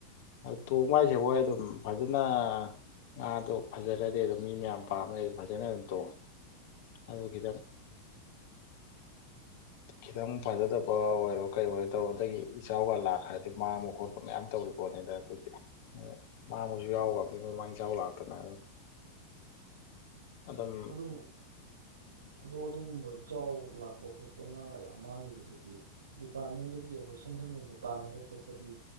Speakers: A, on the left (about 55°); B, on the right (about 65°).
A: ꯇꯣꯡꯕ ꯍꯥꯏꯁꯦ ꯍꯣꯏ ꯑꯗꯨꯝ ꯐꯖꯅ ꯉꯥꯗꯣ ꯐꯖꯔꯗꯤ ꯑꯗꯨꯝ ꯃꯤ ꯃꯌꯥꯝ ꯄꯥꯝꯝꯕꯩ ꯑꯗꯨ ꯐꯖꯅ ꯑꯗꯨꯝ ꯇꯣꯡꯉꯦ ꯑꯗꯨ ꯈꯤꯇꯪ ꯈꯤꯇꯪ ꯐꯖꯗꯕ ꯑꯣꯏꯔꯣ ꯀꯩ ꯑꯣꯏꯔꯣ ꯇꯧꯕ ꯑꯗꯒꯤ ꯏꯆꯥꯎꯒ ꯂꯥꯛꯈ꯭ꯔꯗꯤ ꯃꯥꯡꯕ ꯈꯣꯠꯄ ꯃꯌꯥꯝ ꯇꯧꯔꯤ ꯄꯣꯠꯅꯤꯗ ꯑꯗꯨꯗꯤ ꯑ ꯃꯥꯕꯨꯁꯨ ꯌꯥꯎꯕ ꯃꯤ ꯃꯃꯥꯡ ꯏ ꯆꯥꯎ ꯂꯥꯛꯇꯅ ꯑꯗꯨꯅ ꯑꯗꯨꯝ
B: ꯑꯗꯨꯕꯨ ꯑꯗꯣ ꯑꯗꯨꯒꯨꯝꯕ ꯏꯆꯥꯎ ꯂꯥꯛꯄ ꯈꯣꯠꯄ ꯄ ꯉꯥꯒ ꯌꯥꯝ ꯃꯥꯡꯕꯗꯨꯗꯤ ꯗꯤꯄꯥꯔꯠꯃꯦꯟꯗꯒꯤ ꯑꯩꯈꯣꯏ ꯁꯦꯟꯊꯪꯒꯨꯝꯕ ꯇꯥꯟꯅꯕ ꯈꯣꯠꯄꯗꯤ